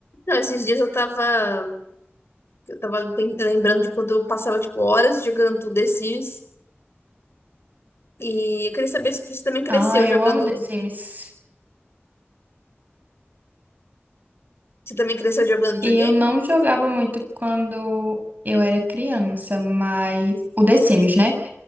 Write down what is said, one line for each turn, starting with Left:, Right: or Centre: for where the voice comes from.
Left: Não, esses dias eu tava, eu tava bem- lembrando de quando eu passava, tipo, horas jogando The Sims. E eu queria saber se você também cresceu
Right: Ah, eu
Left: jogando.
Right: amo The Sims.
Left: Você também cresceu jogando videogame?
Right: Eu não jogava muito quando eu era criança, mas. O The Sims, né?